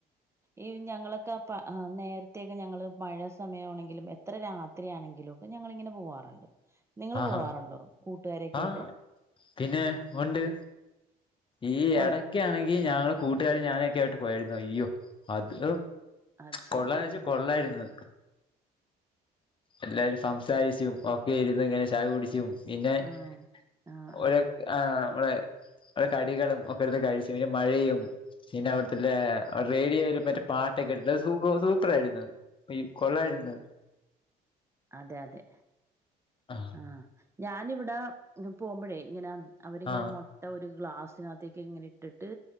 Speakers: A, on the right (about 15°); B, on the left (about 30°).
A: ഈ ഞങ്ങളൊക്കെ പ നേരത്തേക്ക ഞങ്ങള് മഴ സമയമാണെങ്കിലും എത്ര രാത്രിയാണെങ്കിലും ഒക്കെ ഞങ്ങളിങ്ങനെ പോവാറിണ്ട്. നിങ്ങള്
B: ആഹാ
A: പോവാറുണ്ടോ? കൂട്ടുകാരെ കെയിട്ട്
B: ആഹ് പിന്നെ ഉണ്ട് ഈ എടക്കാണെങ്കി
A: ആണ്
B: ഞങ്ങൾ കൂട്ടുകാരും ഞാനൊക്കെ ആയിട്ട് പോയാരുന്ന് അയ്യോ അത്
A: അത് ശരി
B: കൊള്ളാന്ന് ചോയ്ച്ച
A: ആഹ്
B: കൊള്ളായിരുന്ന്. എല്ലാരും സംസാരിച്ചും ഒക്കെ ഇരിന്ന്ങ്ങനെ ചായ കുടിച്ചും പിന്നെ ഒ <unintelligible>
A: ആഹ് ആഹ് ആഹ്
B: ആഹ് <unintelligible> കടികളും ഒക്കെട്ത്ത് കഴിച്ചു പിന്നെ മഴയും പിന്നെ അവട്ത്തെ ലേ റേഡിയോയില് മറ്റേ പാട്ടൊക്കെ ഇട്ട്ട്ട് അഅ് സൂപ്പ സൂപ്പറായിരുന്നു. പി കൊള്ളായിര്ന്ന്
A: അതെ അതെ
B: ആ
A: ആഹ് ഞാ നിവടെ പോകുമ്പഴേ ഇങ്ങനെ അവരിങ്ങനെ
B: ആ
A: മൊട്ട ഒര് ഗ്ളാസിനകത്തേക്കിങ്ങിനെ ഇട്ടിട്ട്